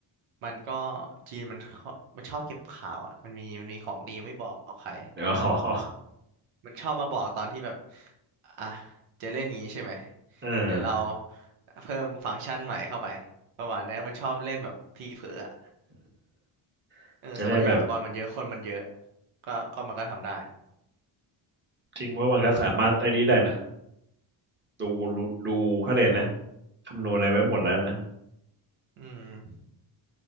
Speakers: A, on the right; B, on the right.
A: มันก็จีนมันมันชอบเก็บข่าวอ่ะมันมีมันมีของดีไม่บอกใคร
B: อ๋อ
A: มันชอบมาบอกตอนที่แบบอ่ะจะเล่นงี้ใช่ไหม
B: เออ
A: เดี๋ยวเราเพิ่มฟังก์ชันใหม่เข้าไปประมาณเนี้ยมันชอบเล่นแบบทีเผลออะ
B: <laughs>
A: เออทรัพยากรมันเยอะคนมันเยอะ
B: จะได้แบบ
A: ก็ก็มันก็ทำได้
B: จริงเพราะมันก็สามารถไอ้นี้ได้นะดูรู้ดูเขาเลยกนะคำนวณอะไรไว้หมดแล้วนะ
A: อืม